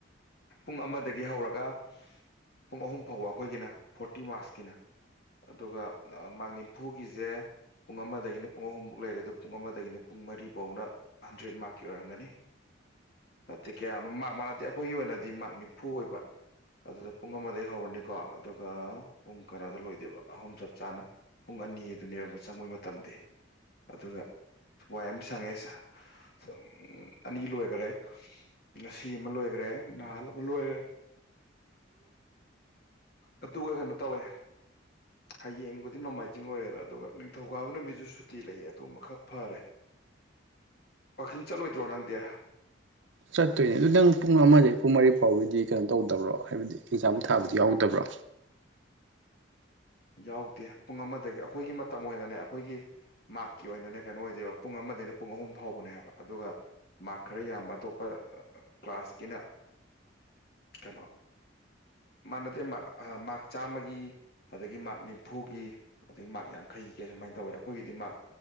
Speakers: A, on the left (about 55°); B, on the right (about 65°).
A: ꯄꯨꯡ ꯑꯃꯗꯒꯤ ꯍꯧꯔꯒ ꯄꯨꯡ ꯑꯍꯨꯝ ꯐꯥꯎꯕ ꯑꯩꯈꯣꯏꯒꯤꯅ ꯐꯣꯔꯇꯤ ꯃꯥꯔꯁꯀꯤꯅ ꯑꯗꯨꯒ ꯃꯥꯛ ꯅꯤꯝꯐꯨꯒꯤꯁꯦ ꯄꯨꯡ ꯑꯃꯗꯒꯤꯅ ꯄꯨꯡ ꯑꯍꯨꯝꯐꯥꯎ ꯂꯩꯔꯦ ꯑꯗꯣ ꯄꯨꯡ ꯑꯃꯗꯒꯤꯅ ꯄꯨꯡ ꯃꯔꯤꯐꯧꯅ ꯍꯟꯗ꯭ꯔꯦꯗ ꯃꯥꯔꯛꯀꯤ ꯑꯣꯏꯔꯝꯒꯅꯤ ꯅꯠꯇꯦ ꯀꯌꯥꯅꯣ ꯃꯥꯛ ꯃꯥꯟꯅꯗꯦ ꯑꯩꯈꯣꯏꯒꯤ ꯑꯣꯏꯅꯗꯤ ꯃꯥꯛ ꯅꯤꯝꯐꯨ ꯑꯣꯏꯕ ꯑꯗꯨꯗ ꯄꯨꯡ ꯑꯃꯗꯩ ꯍꯧꯔꯅꯤꯀꯣ ꯑꯗꯨꯒ ꯄꯨꯡ ꯀꯩꯅꯣꯗ ꯂꯣꯏꯗꯣꯢꯕ ꯑꯍꯨꯝ ꯆꯞ ꯆꯥꯅ ꯄꯨꯡ ꯑꯅꯤ ꯑꯗꯨꯅꯦꯕ ꯆꯪꯕꯩ ꯃꯇꯝꯗꯤ ꯑꯗꯨꯒ ꯋꯥꯏ ꯑꯃ ꯁꯪꯉꯦ <unintelligible> ꯑꯅꯤ ꯂꯣꯏꯈꯔꯦ ꯉꯁꯤ ꯑꯃ ꯂꯣꯏꯈꯔꯦ ꯅꯍꯥꯥꯟ ꯑꯃ ꯂꯣꯏꯒꯔꯦ ꯑꯗꯨꯒ ꯀꯩꯅꯣ ꯇꯧꯋꯦ ꯍꯌꯦꯡꯕꯨꯗꯤ ꯅꯣꯡꯃꯥꯏꯖꯤꯡ ꯑꯣꯏꯔꯦꯅ ꯑꯗꯨꯒ ꯅꯤꯡꯊꯧꯀꯥꯕ ꯅꯨꯃꯤꯠꯁꯨ ꯁꯨꯇꯤ ꯂꯩ ꯑꯗꯨꯃ ꯈꯔ ꯐꯔꯦ ꯋꯥꯀꯤꯡ ꯆꯠꯂꯣꯏꯗ꯭ꯔꯣ ꯅꯪꯗꯤ
B: ꯆꯠꯇꯣꯏꯅꯦ ꯑꯗꯨ ꯅꯪ ꯄꯨꯡ ꯑꯃꯗꯒꯤ ꯄꯨꯡ ꯃꯔꯤ ꯐꯥꯎꯕꯒꯤꯗꯤ ꯀꯩꯅꯣ ꯇꯧꯗꯕ꯭ꯔꯣ ꯍꯥꯏꯕꯗꯤ ꯑꯦꯛꯖꯥꯝ ꯊꯥꯕꯗꯤ ꯌꯥꯎꯗꯕ꯭ꯔꯣ
A: <inaudible> ꯌꯥꯎꯗꯦ ꯄꯨꯡ ꯑꯃꯗꯒꯤ ꯑꯩꯈꯣꯏꯒꯤ ꯃꯇꯝ ꯑꯣꯏꯅꯅꯦ ꯑꯩꯈꯣꯏꯒꯤ ꯃꯥꯛꯀꯤ ꯑꯣꯏꯅꯅꯦ ꯀꯩꯅꯣ ꯑꯣꯏꯗꯣꯏꯕ ꯄꯨꯡ ꯑꯃ ꯑꯃꯗꯩꯅ ꯄꯨꯡ ꯑꯍꯨꯝ ꯐꯥꯎꯕꯅꯦ ꯍꯥꯏꯕ ꯑꯗꯨꯒ ꯃꯥꯔꯛ ꯈꯔ ꯌꯥꯝꯕ ꯑꯇꯣꯞꯄ ꯀ꯭ꯂꯥꯁꯀꯤꯅ ꯀꯩꯅꯣ ꯃꯥꯟꯅꯗꯦ ꯃꯥꯥꯛ ꯆꯥꯝꯃꯒꯤ ꯑꯗꯒꯤ ꯃꯥꯔꯛ ꯅꯤꯐꯨꯒꯤ ꯑꯗꯗꯒꯤ ꯃꯥꯛ ꯌꯥꯡꯈꯩꯒꯤ ꯀꯩ ꯁꯨꯃꯥꯏꯅ ꯇꯧꯋꯦ ꯑꯩꯈꯣꯏꯒꯤꯗꯤ ꯃꯥꯛ